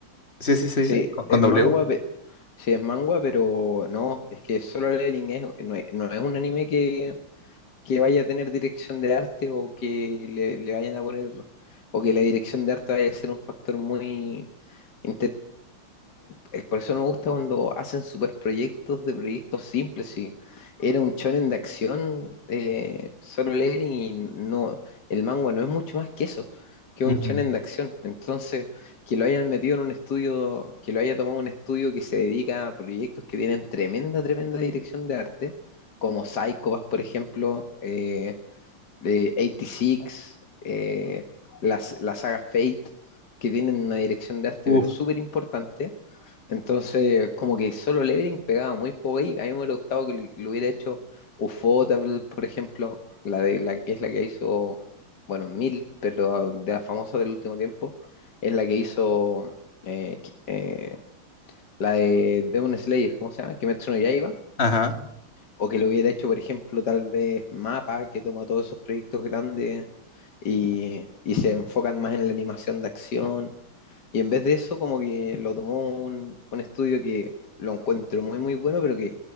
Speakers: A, on the left; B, on the left.
A: Sí, sí se
B: Sí,
A: dice, con, con
B: es
A: W.
B: manga, pe- sí, es manga, pero no, es que Solo Leveling es, no es, no es un anime que que vaya a tener dirección de arte o que le, le vayan a poner, o que la dirección de arte vaya a ser un factor muy... inter- eh, Por eso no me gusta cuando hacen super proyectos de proyectos simples. Si era un shonen de acción, eh, solo leveling y no, el manga no es mucho más que eso, que
A: Ujú.
B: un shonen de acción. Entonces, que lo hayan metido en un estudio, que lo haya tomado un estudio que se dedica a proyectos que tienen tremenda, tremenda dirección de arte, como Psycho Pass, por ejemplo, eh, eh, 86, eh, las, la saga Fate, que tienen una dirección de arte
A: Uf.
B: pero súper importante. Entonces, como que solo Levering pegaba muy poco ahí. A mí me hubiera gustado que lo lo hubiera hecho Ufotable, por ejemplo, la de la que es la que hizo, bueno, Mil, pero ah, de las famosas del último tiempo, es la que hizo eh, qui- eh, la de Demon Slayer, ¿cómo se llama? Kimetsu no Yaiba.
A: Ajá.
B: O que lo hubiera hecho, por ejemplo, tal vez Mapa, que toma todos esos proyectos grandes y, y se enfocan más en la animación de acción. Y en vez de eso, como que lo tomó un, un estudio que lo encuentro muy, muy bueno, pero que